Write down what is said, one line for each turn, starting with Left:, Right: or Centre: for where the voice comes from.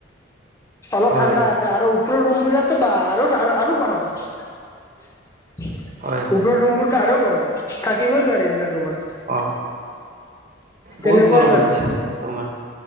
Left: অলপ
Right: হয়,
Left: ঠাণ্ডা আছে আৰু ওপৰৰ ৰুম বোৰটো বা আৰু', -আৰু', - আৰু গৰম',
Right: হয়,
Left: উপৰৰ
Right: হয়।
Left: ৰুমবোৰটো আৰু গৰম', থাকিবই নোৱাৰে এইবিলাক ৰুমত',
Right: অ',
Left: তেনেকুৱাই
Right: বহুত গৰম
Left: মানে
Right: আছে তোমাৰ',